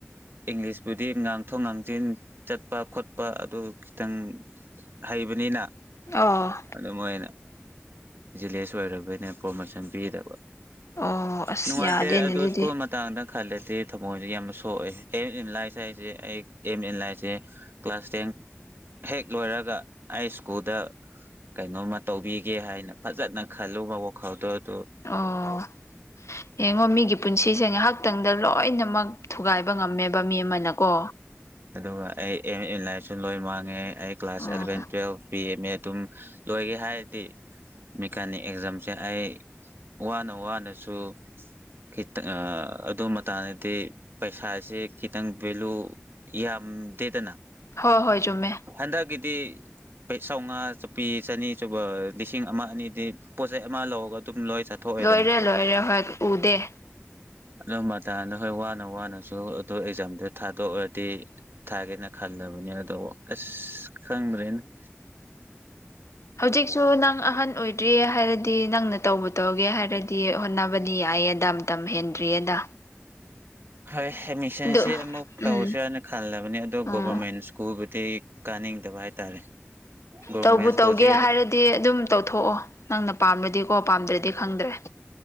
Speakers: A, on the right; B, on the left.
A: ꯏꯪꯂꯤꯁꯄꯨꯗꯤ ꯉꯥꯡꯊꯣꯛ -ꯉꯥꯡꯖꯤꯟ ꯆꯠꯄ- ꯈꯣꯠꯄ ꯑꯗꯨ ꯈꯤꯇꯪ ꯍꯥꯏ ꯢꯕꯅꯤꯅ
B: ꯑꯣ
A: ꯑꯗꯨ ꯃꯣꯏꯅ ꯖꯤꯂꯦꯁ ꯑꯣꯏꯔꯕꯩꯅ ꯄ꯭ꯔꯣꯃꯣꯁꯟ ꯄꯤꯗꯕ
B: ꯑꯣ ꯑꯁ
A: ꯅꯨꯡꯉꯥꯏꯇꯦ
B: ꯌꯥꯗꯦꯅꯦ
A: ꯑꯗꯨ
B: ꯑꯗꯨꯗꯤ
A: ꯁ꯭ꯀꯨꯜ ꯃꯇꯥꯡꯗ ꯈꯜꯂꯗꯤ ꯊꯃꯣꯏꯖꯦ ꯌꯥꯝꯅ ꯁꯣꯛꯑꯦ ꯑꯦꯝ ꯑꯦꯟ ꯂꯥꯏꯁ ꯍꯥꯏꯖꯦ ꯑꯩ ꯑꯦꯝ ꯑꯦꯟ ꯂꯥꯏꯖꯦ ꯀ꯭ꯂꯥꯁ ꯇꯦꯟ ꯍꯦꯛꯂꯣꯏꯔꯒ ꯑꯩꯁ꯭ꯀꯨꯜꯗ ꯀꯩꯅꯣꯃ ꯇꯧꯕꯤꯒꯦ ꯍꯥꯏꯅ ꯐꯖꯅ ꯈꯜꯂꯨꯕ ꯋꯥꯈꯜꯗꯨꯠ
B: ꯑꯣꯑꯣ ꯌꯦꯡꯉꯣ ꯃꯤꯒꯤ ꯄꯨꯟꯁꯤꯖꯦ ꯉꯥꯏꯍꯥꯛꯇꯪ ꯗꯥ ꯂꯣꯏꯅꯃꯛ ꯊꯨꯒꯥꯏꯕ ꯉꯝꯃꯦꯕ ꯃꯤ ꯑꯃꯅꯀꯣ
A: ꯑꯗꯨꯒ ꯑꯩ ꯑꯦꯝ ꯑꯦꯟꯂꯥꯏꯐꯁꯨ ꯂꯣꯏ ꯃꯥꯡꯉꯦ ꯑꯩ class
B: um
A: eleven twelve ꯕꯤꯑꯦ M A ꯑꯗꯨꯝ ꯂꯣꯏꯒꯦ ꯍꯥꯏꯔꯗꯤ ꯃꯦꯀꯥꯅꯤꯛ ꯑꯦꯛꯖꯥꯝꯖꯦ ꯑꯩ ꯋꯥꯅꯋꯥꯅꯁꯨ ꯈꯤꯇꯪ ꯑꯥꯑꯥ ꯑꯗꯨ ꯃꯇꯥꯡꯗꯗꯤ ꯄꯩꯁꯥꯁꯦ ꯈꯤꯇꯪ ꯚꯦꯂꯨ ꯌꯥꯝ ꯗꯦꯗꯅ
B: ꯍꯣꯏ ꯍꯣꯏ ꯆꯨꯝꯃꯦ
A: ꯍꯟꯗꯛꯀꯤꯗꯤ ꯄꯩꯁꯥꯝꯉꯥ ꯆꯞꯄꯤ ꯆꯅꯤ ꯁꯨꯕ ꯂꯤꯁꯤꯡ ꯑꯃ ꯑꯅꯤꯗꯤ ꯄꯣꯠ ꯆꯩ ꯑꯃ ꯂꯧꯔꯒ ꯑꯗꯨꯝ ꯂꯣꯏ ꯆꯥꯊꯣꯛꯑꯦꯗꯅ
B: ꯂꯣꯏꯔꯦ ꯂꯣꯏꯔꯦ ꯍꯣꯏ ꯎꯗꯦ
A: ꯑꯗꯨ ꯃꯇꯥꯡꯗꯨ ꯍꯣꯏ ꯋꯥꯅ-ꯋꯥꯅꯖꯨ ꯑꯗꯨ ꯑꯦꯛꯖꯥꯝꯗꯨ ꯊꯥꯗꯣꯛꯑꯦ ꯗꯤ ꯊꯥꯒꯦꯅ ꯈꯟꯗꯕꯅꯤꯅ ꯑꯗꯣ ꯑꯥꯁꯆ ꯈꯪꯗ꯭ꯔꯦꯅꯦ INAUDIBLE
B: ꯍꯧꯖꯤꯛꯁꯨ ꯅꯪ ꯑꯥꯍꯟ ꯑꯣꯏ ꯗ꯭ꯔꯤ ꯍꯥꯏꯔꯗꯤ ꯅꯪꯅ ꯇꯧꯕꯨꯨ- ꯇꯧꯒꯦ ꯍꯥꯏꯔꯗꯤ ꯍꯣꯠꯅꯕꯗꯤ ꯌꯥꯏꯌꯦ ꯃꯇꯝ ꯍꯦꯟꯗ꯭ꯔꯤꯌꯦꯗ
A: ꯍꯣꯏ ꯑꯦꯠꯃꯤꯁꯟꯁꯤ
B: ꯑꯗꯨ
A: ꯑꯃꯨꯛ
B: ꯎꯝ
A: ꯇꯧꯁꯤꯔ ꯍꯥꯏꯅ ꯈꯜꯂꯕꯅꯤ ꯑꯗꯣ
B: ꯑꯣ
A: ꯒꯣꯕꯔꯃꯦꯟ ꯁ꯭ꯀꯨꯜꯕꯨ ꯗꯤ ꯀꯥꯅꯤꯡꯗꯕ ꯍꯥꯏꯇꯥꯔꯦ ꯒꯣꯕꯔꯃꯦꯟ
B: ꯇꯧꯕꯨ
A: ꯁ꯭ꯀꯨꯜꯁꯤ
B: ꯇꯧꯒꯦ ꯍꯥꯏꯔꯗꯤ ꯑꯗꯨꯝ ꯇꯧꯊꯣꯛꯑꯣ ꯅꯪꯅ ꯄꯥꯝꯃꯗꯤꯀꯣ ꯄꯥꯝꯗ꯭ꯔꯗꯤ ꯈꯪꯗ꯭ꯔꯦ